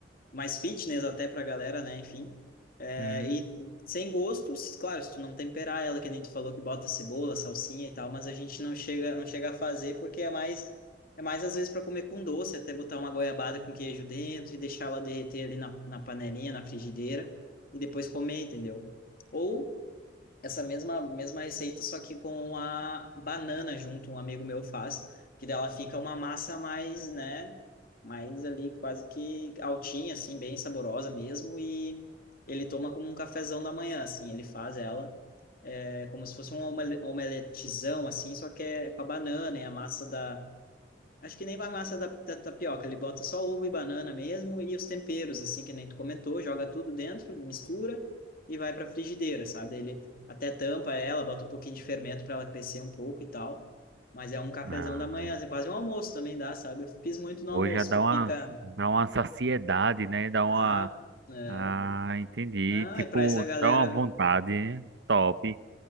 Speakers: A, on the left; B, on the right.
A: mais fitness até pra galera, né? Enfim. É,
B: Hum.
A: e sem gosto, se- claro, se tu não temperar ela, que nem tu falou que bota cebola, salsinha e tal, mas a gente não chega, não chega a fazer porque é mais, é mais às vezes para comer com doce, até botar uma goiabada com queijo dentro e deixar ela derreter ali na, na panelinha, na frigideira e depois comer, entendeu? Ou essa mesma, mesma receita, só que com a banana junto, um amigo meu faz, que dela fica uma massa mais, né, mais ali quase que altinha, assim, bem saborosa mesmo, e ele toma como um cafezão da manhã, assim, ele faz ela, é como se fosse um omele- omeletezão, assim, só que é com a banana, é a massa da Acho que nem vai massa da, da tapioca, ele bota só ovo e banana mesmo e os temperos, assim, que nem tu comentou, joga tudo dentro, mistura e vai para frigideira, sabe? Ele até tampa ela, bota um pouquinho de fermento para ela crescer um pouco e tal. Mas é um cafezão
B: Ah,
A: da manhã, assim, quase um almoço também dá, sabe? Eu fiz muito no almoço,
B: hoje já dá
A: que fica
B: uma, dá uma saciedade, né? Dá
A: rápido,
B: uma.
A: né?
B: Ah, entendi.
A: Não,
B: Tipo,
A: e para essa galera,
B: dá uma vontade, né? Top.